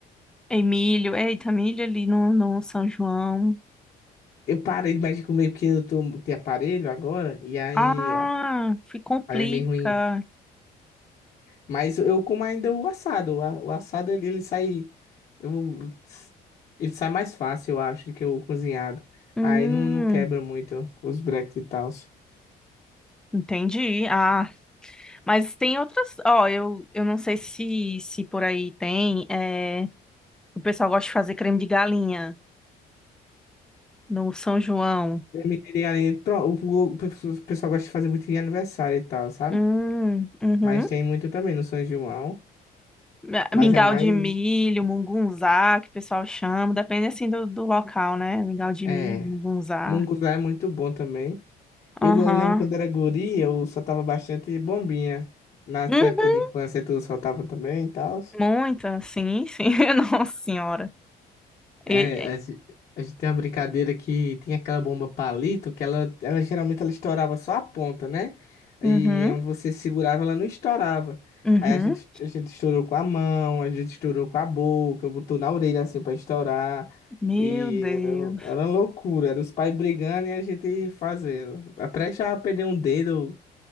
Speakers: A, in the centre; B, on the left.
A: e milho, eita, milho ali no, no São João.
B: Eu parei mais de comer porque eu tô de aparelho agora, e aí,
A: Ah,
B: ah,
A: se complica.
B: aí é mesmo Mas eu como ainda o assado. O a- o assado ele, ele sai. eu- ele sai mais fácil, eu acho, do que o cozinhado.
A: Hum,
B: Aí não, não quebra muito os breques e tal.
A: entendi. Ah, mas tem outras. Ó, eu, eu não sei se, se por aí tem. É, o pessoal gosta de fazer creme de galinha no São João.
B: Permitiria ali. pro- O pessoal o pessoal gosta de fazer muito de aniversário e tal, sabe?
A: Hum, uhum.
B: Mas tem muito também no São João.
A: Ah,
B: Mas
A: Mingau
B: é mais.
A: de milho, mungunzá, que o pessoal chama. Depende assim do, do local, né? Mingau de
B: É.
A: milho, mungunzá.
B: Munguzá é muito bom também.
A: Aham.
B: Eu, eu lembro quando era guri, eu soltava bastante bombinha. Na
A: Uhum.
B: tua época de infância, tu soltava também e tal.
A: Muita, sim, sim. <laughs> Nossa Senhora.
B: É,
A: E-
B: a
A: e-
B: gen- a gente tem uma brincadeira que tem aquela bomba palito que ela, ela geralmente ela estourava só a ponta, né? E
A: Uhum,
B: é onde você segurava, ela não estourava.
A: uhum.
B: Aí a gente, a gente estourou com a mão, a gente estourou com a boca, botou na orelha assim pra estourar.
A: Meu
B: E
A: Deus.
B: era, era loucura, era os pais brigando e a gente fazendo. Até já perder um dedo